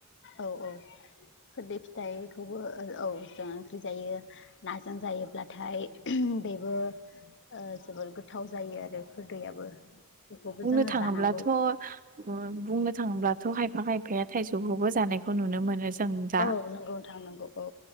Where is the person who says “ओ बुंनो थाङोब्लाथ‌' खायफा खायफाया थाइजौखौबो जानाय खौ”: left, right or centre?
Right